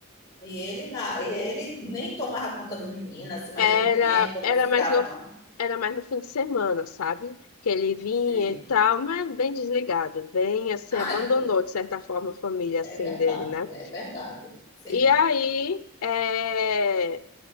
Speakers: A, on the left; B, on the left.
A: E ele, na, e ele nem tomava conta do menino, assim, mais
B: Era,
A: um tempo, não
B: era
A: ficava,
B: mais no,
A: não.
B: era mais no fim de semana, sabe? Que ele vinha
A: Sim.
B: e tal, mas bem desligado, bem assim,
A: Ah,
B: abandonou
A: que eu-
B: de certa forma a família
A: é
B: assim
A: verdade,
B: dele, né?
A: é verdade. Sim.
B: E aí, é,